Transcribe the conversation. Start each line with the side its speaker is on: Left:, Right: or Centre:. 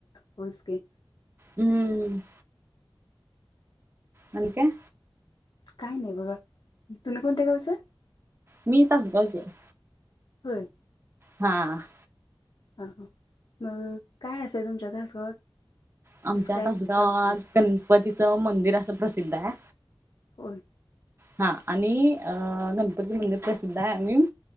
Left: <unintelligible>
Right: हम्म. आणि काय?
Left: काय नाही बघा, तुम्ही कोणत्या गावचं?
Right: मी तासगावची हाय.
Left: होय.
Right: हा.
Left: ह आ मग काय असेंल तुमचा तासगावात?
Right: आमच्या
Left: असं काय
Right: तासगावात
Left: प्रसिद्ध
Right: गणपतीचं मंदिर असं प्रसिद्ध आहे.
Left: हो.
Right: हा आणि अ गणपती मंदिर प्रसिद्ध आहे आणि